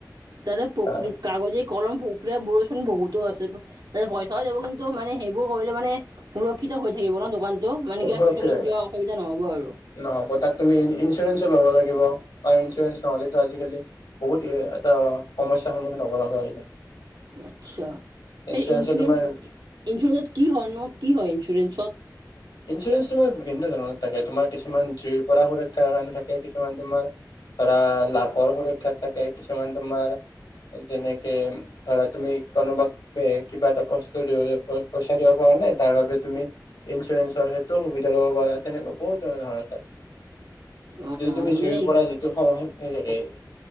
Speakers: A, on the right; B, on the left.
A: তাতে পক্
B: তাৰ
A: কাগজে কলম প্ৰক্ৰিয়া বোৰচোন বহুতো আছে। যেনে পইচাও যাব কিন্তু মানে সেইবোৰ কৰিলে মানে সুৰক্ষিত হৈ থাকিব ন' দোকান ত' মানে কিবা
B: সুৰক্ষিত
A: পিছলৈও কিবা অসুবিধা নহ'ব আৰু
B: নহ'ব তাত তুমি ইঞ্চুৰেঞ্চো ল'ব লাগিব বা ইঞ্চুৰেঞ্চ নহ'লেতো আজিকালি। বহুত এ এটা সমস্যাৰ সন্মুখীন হ'ব লগা হয়
A: আচ্ছা
B: ইঞ্চুৰেঞ্চৰ
A: এই ইঞ্চুৰেঞ্চ
B: তোমাৰ-
A: ইঞ্চুৰেঞ্চত কি হয় নো কি হয় ইঞ্চুৰেঞ্চত-
B: ইঞ্চুৰেঞ্চ তোমাৰ বিভিন্ন ধৰণৰ থাকে। তোমাৰ কিছুমান জুইৰ পৰা সুৰক্ষাৰ কাৰণে থাকে কিছুমান তোমাৰ ধৰা লাভৰ সুৰক্ষা থাকে কিছুমান তোমাৰ যেনেকে ধৰা তুমি কোনোবাক এ কিবা এটা বস্তু দিবলে পইচা দিব পৰা নাই তাৰ বাবে তুমি ইঞ্চুৰেঞ্চ- সেইটোও সুবিধা ল'ব পাৰা তেনেকুৱা বহুত ধৰণৰ ধৰণৰ থাকে
A: অ
B: যদি তুমি জুইৰ
A: মানে
B: পৰা। সময়ে সে